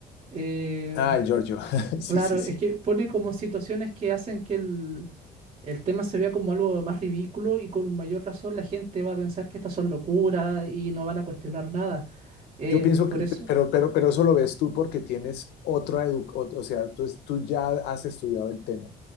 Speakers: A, on the right; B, on the left.
A: eh,
B: Ay, Giorgio, <laughs> sí,
A: Claro,
B: sí,
A: es
B: sí.
A: que pone como situaciones que hacen que el, el tema se vea como algo más ridículo y con mayor razón la gente va a pensar que estas son locuras y no van a cuestionar nada. Eh,
B: Yo pienso
A: por
B: que,
A: eso.
B: pero, pero, pero eso lo ves tú porque tienes otra educación, o, o sea, tú, tú ya has estudiado el tema.